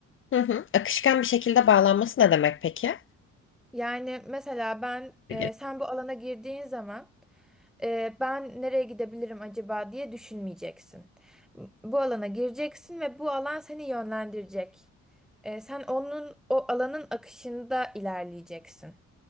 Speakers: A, on the left; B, in the centre.
A: Hı hı. Akışkan bir şekilde bağlanması ne demek peki?
B: Yani mesela ben
A: Peki.
B: e, sen bu alana girdiğin zaman e, ben nereye gidebilirim acaba diye düşünmeyeceksin. Bu alana gireceksin ve bu alan seni yönlendirecek. E, sen onun o alanın akışında ilerleyeceksin.